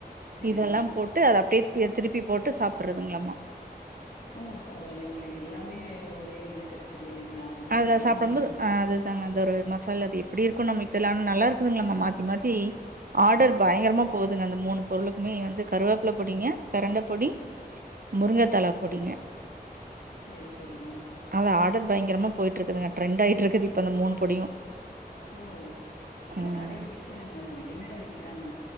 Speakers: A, on the left (about 80°); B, on the right (about 60°).
A: சரிங்க.
B: இதெல்லா போட்டு அத அப்டியே திருப்பி போட்டு சாப்பட்றதுங்களாமா
A: ஓ பரவால்லைங்களே எல்லாமே ஒரே இதுல கெடச்சிருது இல்லைங்களா முட்டை
B: அதுல
A: சாப்பிட்ட
B: சாப்டம்போது
A: மாரியாச்சு.
B: அ அது தாங்க அந்த ஒரு மசாலா அது எப்டி இருக்கு நம்மளுக்கு தெர்ல ஆனா நல்லா இருக்குதுங்களாம்மா மாத்தி மாத்தி ஆடர் பயங்கரமா
A: ச
B: போகுதுங்க அந்த மூணு பொருளுக்குமே வந்து கருவேப்ல பொடிங்க பெரண்ட பொடி முருங்கத் தழ பொடிங்க
A: சேரி செரிங்க
B: அது ஆடர் பயங்கரமா போயிட்ருக்குதுங்க டிரெண்ட் ஆயிட்ருக்குது இப்ப அந்த மூணு பொடியு
A: ஓ இதுலா
B: ம்
A: கடைல விக்கிறாங்க ரெடிமேடா விக்கிறாங்க